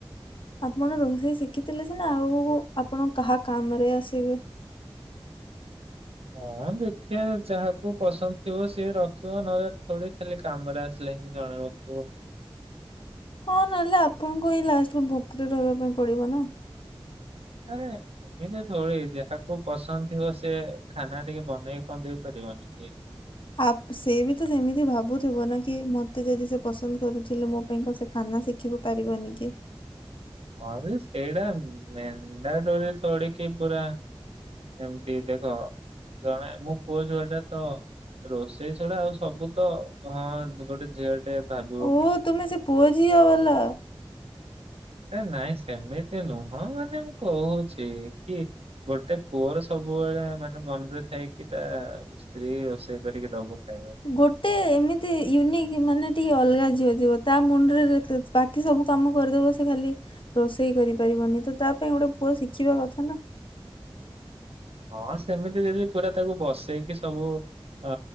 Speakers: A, on the left; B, on the right.
A: ଆପଣ ରୋଷେଇ ଶିଖିଥିଲେ ସିନା ଆଗକୁ ଆପଣ କାହା କାମ ରେ ଆସିବେ।
B: ହଁ ଦେଖିବା ଯାହାକୁ ପସନ୍ଦ ଥିବ ସିଏ ରଖିବ ନହଲେ ଥୋଡ଼ିଖା କାମରେ ଆସିଲେ ହିଁ ଜଣେ ରଖିବ।
A: ହଁ ନହେଲେ ଆପଣଙ୍କୁ ହିଁ ଲାଷ୍ଟକୁ ଭୁକରେ ରହିବା ପାଇଁ ପଡିବ ନା।
B: ଆରେ। ଏମିତି ଥିଦି ଯାହାକୁ ପସନ୍ଦ ଥିବ ସେ ଖାନା ଟିକେ ବନେଇକି କଣ ଦେଇ ପାରିବନି କି।
A: ଆ ସେ ବି ତ ସେମିତି ଭାବୁଥିବ ନା କି ମତେ ଯଦି ସେ ପସନ୍ଦ କରୁଥିଲେ ମୋ ପାଇଁ କଣ ସେ ଖାନା ଶିଖ ଦେଖିବ ପାରିବନି କି।
B: ହଁ ସେଇଟା ମେଣ୍ଢାଡୋରି ଥଡିକି ପୁରା ଏମତି ଦେଖ ଜଣେ ମୁଁ ପୁଆ ଛୁଆଟା ତ ରୋଷେଇ ଛଡା ଆଉ ସବୁ ତ ହଁ ଗୋଟେ ଝିଅ ଟେ ଭାବିବ।
A: ଓ ତୁମେ ସେ ପୁଅଝିଅ ବାଲା।
B: ଏ ନାଇଁ ସେମିତି ନୁହଁ ମାନେ ମୁଁ କହୁଛି କି। ଗୋଟେ ପୁଅର ସବୁବେଳେ ମାନେ ମନରେ ଥାଇକି ତା। ସ୍ତ୍ରୀ ରୋଷେଇ କରିକି ଦବ ଖାଇବାକୁ।
A: ଗୋଟେ ଏମିତି ୟୁନିକ୍ ମାନେ ଟିକେ ଅଲଗା ଝିଅ ଥିବା ତା ମୁଣ୍ଡରେ। ବାକି ସବୁ କାମ କରିଦେବ ସେ ଖାଲି ରୋଷେଇ କରିପାରିବନି ତ ତା ପାଇଁ ଗୋଟେ ପୁଅ ଶିଖିବା କଥା ନା।
B: ହଁ ସେମିତି ଯଦି ପୁରା ତାକୁ ବସେଇକି ସବୁ ଅ